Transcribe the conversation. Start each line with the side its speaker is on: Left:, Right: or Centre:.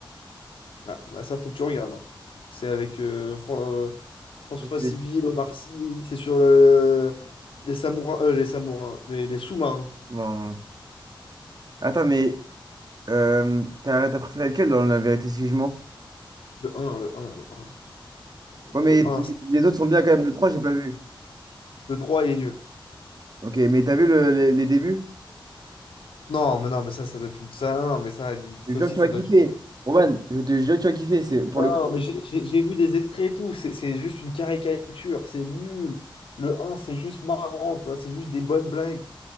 Left: Ah, bah ça, faut que tu regardes. hein. C'est avec euh, Fran- euh, François
Right: Ça, c'est-
Left: Civil, Omar Sy. C'est sur le- les samourins. euh, les samourins. Mais les sous-marins.
Right: c'est marrant, ouais. Attends, mais euh, t'as t'as préféré lequel dans La vérité si je mens?
Left: Le un le un le un
Right: Ouais,
Left: Le
Right: mais
Left: un
Right: t- les
Left: c'est-
Right: les autres sont bien quand même. Le 3, j'ai pas vu.
Left: Le 3, il est nul.
Right: Ok, mais t'as vu le- les, les débuts?
Left: Non, mais non, mais ça, ça doit être une. Ça, non, mais ça, ça
Right: Je jure
Left: aussi,
Right: que tu
Left: ça
Right: vas kiffer.
Left: doit être
Right: Roman, je te jure que tu vas kiffer. C'est, pour
Left: Ah
Right: le coup.
Left: Non, mais j'ai j'ai- j'ai vu des extraits et tout, c'est c'est juste une caricature, c'est nul. Le un c'est juste marrant, tu vois, c'est juste des bonnes blagues.